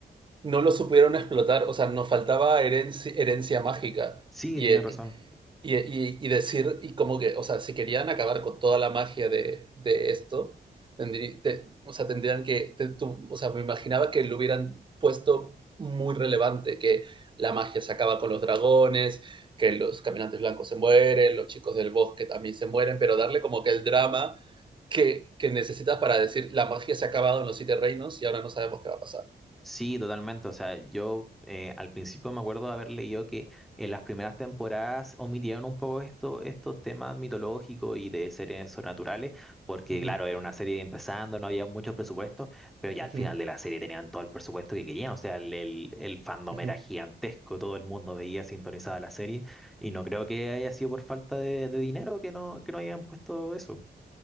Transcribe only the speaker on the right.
no lo supieron explotar, o sea, nos faltaba herencia, herencia mágica
y,
eh,
y, y- y decir, y como que, o sea, si querían acabar con toda la magia de, de esto, tendrí- te- o sea, tendrían que, te- tú- o sea, me imaginaba que lo hubieran puesto muy relevante, que la magia se acaba con los dragones, que los caminantes blancos se mueren, los chicos del bosque también se mueren, pero darle como que el drama que, que necesitas para decir la magia se ha acabado en los siete reinos y ahora no sabemos qué va a pasar.
Ujú,
ujú,
ujú.